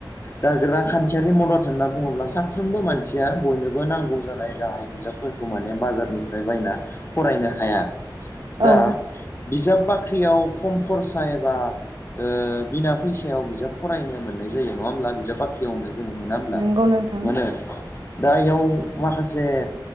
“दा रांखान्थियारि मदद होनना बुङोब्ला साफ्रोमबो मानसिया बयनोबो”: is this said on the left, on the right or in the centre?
Left